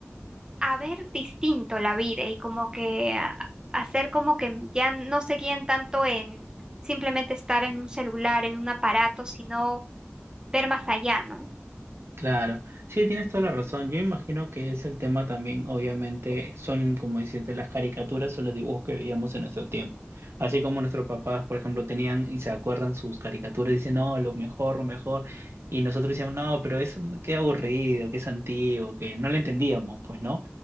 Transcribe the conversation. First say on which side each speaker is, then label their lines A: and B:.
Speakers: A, on the right; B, on the right.
A: a ver distinto la vida y como que a, hacer como que ya no se guíen tanto en simplemente estar en un celular, en un aparato, sino ver más allá, ¿no?
B: Claro, sí, tienes toda la razón. Yo imagino que es el tema también, obviamente, son, como dices, de las caricaturas o los dibujos que veíamos en nuestro tiempo. Así como nuestros papás, por ejemplo, tenían y se acuerdan sus caricaturas dicen, no, lo mejor, lo mejor. Y nosotros decíamos, no, pero eso qué aburrido, qué es antiguo, que no lo entendíamos, pues, ¿no?